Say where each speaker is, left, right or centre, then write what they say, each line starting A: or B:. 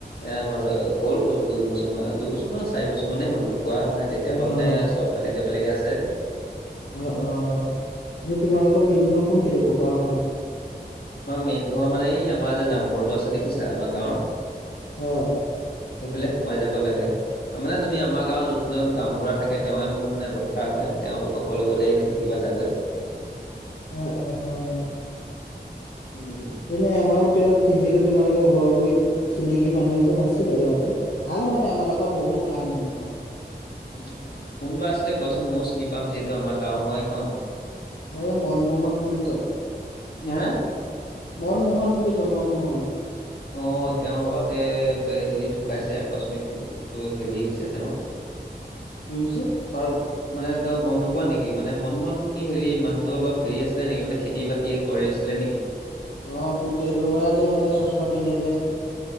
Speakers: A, on the left; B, on the left.
A: এ মাজে হ'ল গল' দুইবছৰ মানে দুইবছ কোন চাৰি বছৰ মানেই হ'ল ঢুকুৱা মানে তেতিয়াৰপৰা
B: অ',
A: মানে চব বেলেগে - বেলেগে আছে।
B: অ অ, এতিয়া তোমালোকৰ মেইন ঘৰ কোনখিনি ককাহঁতৰ?
A: আমাৰ মেইন ঘৰ মানে এই আমাৰ যে নামঘৰটো আছে দেখিছা আমাৰ গাঁৱৰ?
B: অ।
A: সেইফালে সোমাই যাব লাগে। মানে তুমি আমাৰ গাঁৱত যোনজন গামবুঢ়া থাকে তেওঁৱে মোৰ মানে বৰ্তা হয়, তেওঁলোকক হ'লে গলে ইয়াতে কিবা চাগৈ?
B: উম উম অ।
A: উম।
B: এনেই আমাৰো তেওঁ তেখেতে তোমালোকৰ ঘৰ গুৰিত চিনাকি মানুহ এজন আছিলে বাৰতে, ভাল মানে আমাৰ লগত বহুত ভাল মানে আৰু।
A: উম, কোনবা আছিলে কোৱাচোন ময়ও চিনি পাম যিহেতু আমাৰ গাঁও হয় এখন।
B: এই মনমোহন বুলি কয়,
A: হা
B: মনমোহন বুলি কয় মনমোহন?
A: অ তেওঁৰ বাৰতে গে হেৰি ঢুকাইছে আকস্মিকটো হেৰি হৈছে তেওঁ।
B: কি হৈছে?
A: ঘৰটো মানে ত গম নোপোৱা নেকি মানে মনমোহন কি হেৰি মানুহটো অলপ হেৰি আছিলে নেকি মানে খেতি - বাতি কৰিছিলে নেকি?
B: অ পুতেক লৰা এজন আছে চশমা পিন্ধে যে?